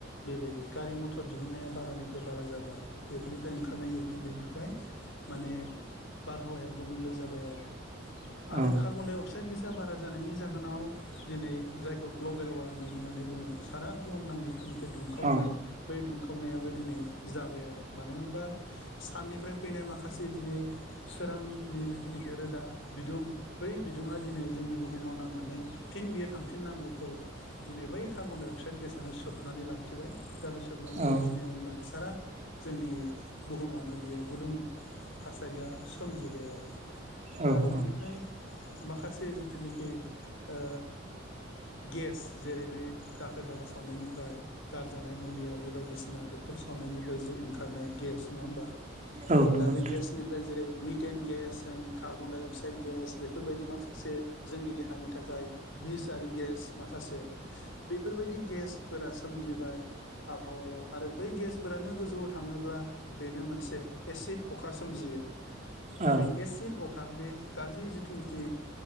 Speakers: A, on the left; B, on the right.
A: बेबायदि गारि मथर दिहुनन्नाया बारानिफ्राय बारा जाबाय बेफोरनिफ्राय ओंखारनायनि उखुन्दैनिफ्राय माने बारहावाया गुबुंले जाबाय आरो आरो
B: औ
A: कार्बनडाइ अक्साइड गेसा बारा जानायनि जाहोनाव दिनै जायखौ ग्लबेल वार्मिं होननानै बुङो सारा बुहुमनां जिथुनाखि दुंखावनाय
B: औ
A: बै दुंखावनायाबो दिनै जाबाय आरो मानो होनबा साननिफ्राय फैनाय माखासे दिनै सोरांनि जिथु ओ जेनिखि रोदा बिदुं बै बिदुङा दिनै जोंनि बुहुमाव नांनानै फिन बि थांफिननांगौखौ दि कार्बन-डाइ अक्साइड गेसआनो सोबनानै लाखिबाय दा बे सोबनानै
B: औ
A: लाखिनायावनो माने सारा जोंनि बुहुमावनो बियो गुदुं थासारिया सोमजोबबाय आरो दा
B: औ
A: आरो
B: औ
A: बेनिफ्राय माखासे जिथुनिखि ओ गेस जेरै बे दाखोर दाला सावनायनिफ्राय गारजानाय मुलि आरि बायदिसिना बेफोर सावनायनिफ्राय जि ओंखारनाय गेस नङा होमबा
B: औ नंगौ
A: दा बेै
B: नोंथां
A: गेसनिफ्राय जेरै मिटेन गेस होन कार्बन डाइ अक्साइद गेस बेफोरबायदि माखासे जोंनि देहानि थाखाय बिस आरि गेस माखासे बेफोरबायदि गेसफोरा सोमजिबाय आबहावायाव आरो बै गेसफोरानो गोजौआव थाङोब्ला बेनो मोनसे एसिड अखा सोमजियो। दा
B: औ
A: बे एसिड अखा बे गाज्रि जिथुनिखि